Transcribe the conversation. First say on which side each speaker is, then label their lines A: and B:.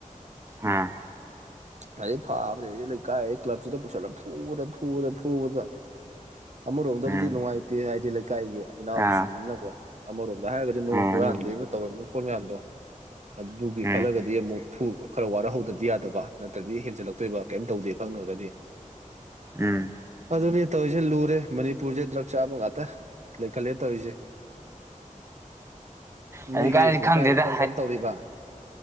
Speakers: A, on the right; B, on the right.
A: <unintelligible>
B: ꯎꯝ
A: ꯐꯥꯕꯅꯦ ꯂꯩꯀꯥꯏ ꯀ꯭ꯂꯕꯁꯤꯗ ꯄꯨꯁꯜꯂ ꯐꯨꯕꯗ ꯐꯨꯕꯗ ꯐꯨꯕꯗ ꯐꯨꯕꯗ ꯑꯃꯔꯣꯝꯗꯕꯨꯗꯤ
B: ꯎꯝ
A: ꯅꯨꯡꯉꯥꯏꯇꯦ ꯍꯥꯏꯗꯤ ꯏꯀꯥꯏꯒꯤ ꯏꯅꯥꯎꯁꯤꯡꯅꯤꯅꯀꯣ
B: ꯑꯥ
A: ꯑꯃꯔꯣꯝꯗ ꯍꯥꯏꯔꯒꯗꯤ ꯃꯣꯏꯅ
B: ꯑꯥ
A: ꯍꯨꯔꯥꯟꯗꯣꯏꯕ
B: ꯑꯗꯨ
A: ꯇꯧꯔꯝꯃꯤ ꯐꯣꯟ ꯃꯌꯥꯝꯗꯣ ꯑꯗꯨꯒꯤ
B: ꯎꯝ
A: ꯈꯜꯂꯒꯗꯤ ꯑꯃꯨꯛ ꯐꯨ ꯈꯔ ꯋꯥꯔꯍꯧꯗꯕꯗꯤ ꯌꯥꯗꯕ ꯅꯠꯇ꯭ꯔꯗꯤ ꯍꯦꯟꯖꯜꯂꯛꯄ ꯑꯇꯣꯏꯕ ꯀꯩꯝ ꯇꯧꯗꯦ ꯈꯪꯅ꯭ꯔꯒꯗꯤ
B: ꯎꯝ ꯎꯝ
A: ꯑꯗꯨꯅꯤ ꯇꯧꯔꯤꯁꯦ ꯂꯨꯔꯦ ꯃꯅꯤꯄꯨꯔꯁꯦ ꯗ꯭ꯔꯛ ꯆꯥꯝꯃ ꯉꯥꯛꯇ ꯂꯩꯈꯠꯂꯦ ꯇꯧꯔꯤꯁꯦ
B: ꯍꯧꯖꯤꯛꯀꯥꯟꯗꯤ
A: ꯅꯣꯏꯒꯤ ꯂꯩꯀꯥꯏꯗ
B: ꯈꯪꯗꯦꯗ
A: ꯀꯔꯝ ꯀꯔꯝ ꯇꯧꯔꯤꯕ